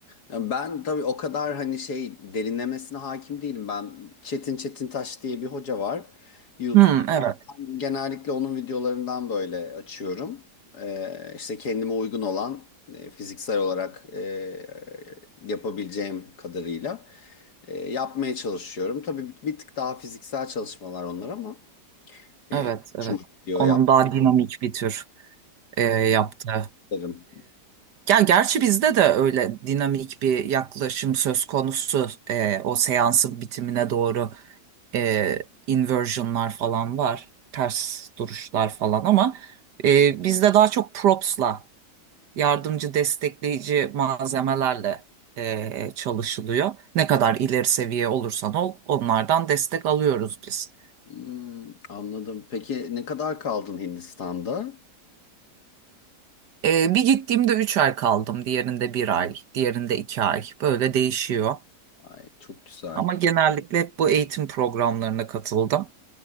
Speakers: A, on the left; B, on the right.
A: Yani ben tabii o kadar hani şey derinlemesine hakim değilim. Ben Çetin Çetin Taş diye bir hoca var YouTube'da.
B: Hmm, evet,
A: Ben genellikle onun videolarından böyle açıyorum. Ee, işte kendime uygun olan e, fiziksel olarak e, yapabileceğim kadarıyla e, yapmaya çalışıyorum. Tabii bir, bir tık daha fiziksel çalışmalar onlar ama e,
B: evet, evet.
A: şunu diyor
B: Onun daha dinamik bir tür e, yaptığı.
A: yaptığım.
B: Ya gerçi bizde de öyle dinamik bir yaklaşım söz konusu Ee, o seansın bitimine doğru e, inversionlar falan var ters duruşlar falan ama e, bizde daha çok propsla yardımcı destekleyici malzemelerle e, çalışılıyor. Ne kadar ileri seviye olursan ol onlardan destek alıyoruz biz.
A: Hmm, anladım. Peki ne kadar kaldın Hindistan'da?
B: E, bir gittiğimde üç ay kaldım diğerinde bir ay diğerinde iki ay böyle değişiyor.
A: Ay çok güzel.
B: Ama genellikle hep bu eğitim programlarına katıldım.